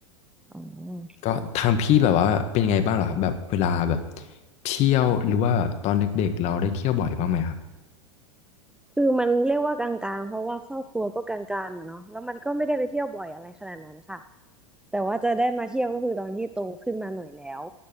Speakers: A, in the centre; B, on the left.
A: อ๋อ
B: ก็ทางพี่แบบว่าเป็นยังไงบ้างเหรอครับแบบเวลาแบบเที่ยวหรือว่าตอนเด็กๆเราได้เที่ยวบ่อยบ้างไหมครับ
A: คือมันเรียกว่ากลางๆเพราะว่าครอบครัวก็กลางๆอะเนาะแล้วมันก็ไม่ได้ไปเที่ยวบ่อยอะไรขนาดนั้นค่ะแต่ว่าจะได้มาเที่ยวก็คือตอนที่โตขึ้นมาหน่อยแล้ว